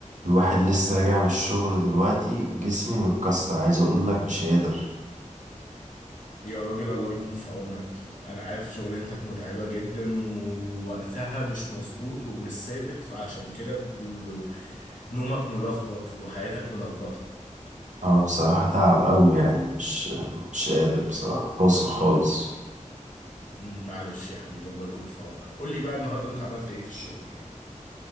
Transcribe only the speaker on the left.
يا راجل الله يكون في عونك انا عارف شغلانتك متعبة جدا ووقتها مش مظبوط ومش ثابت فعشان كده ب... ب... ب- نومك ملخبط وحياتك ملخبطة
امم أمم، معلش يا حبيبي الله يكون في عونك قول لي بقى النهارده انت عملت ايه في الشغل يعني